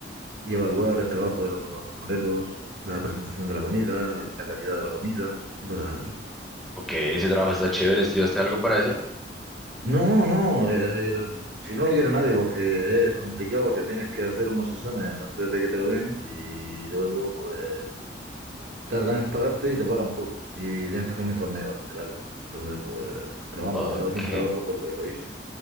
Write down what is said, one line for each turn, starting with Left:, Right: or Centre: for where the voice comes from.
Right: y evaluar el trabajo de los camareros, la presentación de la comida, la la calidad de la comida, y cosas así.
Centre: Ok, ese trabajo está chévere. ¿Estudiaste algo para eso?
Right: No, no, eh, el- si no lo quiere nadie porque es complicado, porque tienes que hacer unos exámenes antes de que te lo den y luego pues tardan en pagarte y te pagan poco. Y tienes que hacer un informe bastante largo. Entonces, pues, pero vamos,
Centre: Ok.
Right: como estaba sin trabajo, pues lo, lo hice.